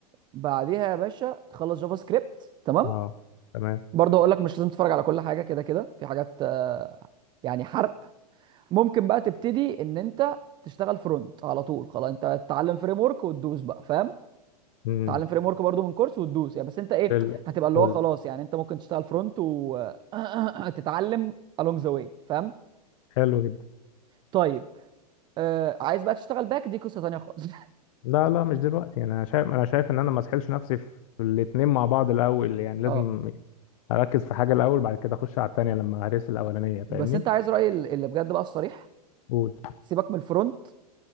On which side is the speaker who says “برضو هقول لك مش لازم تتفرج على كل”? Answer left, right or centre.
Right